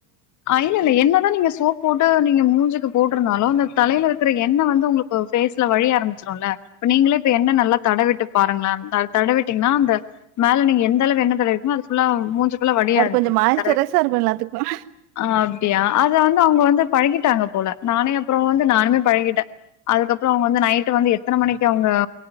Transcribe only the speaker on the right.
அது
கொஞ்சம் மாய்ஸ்டரைஸா இருக்கும் எல்லாத்துக்கும்.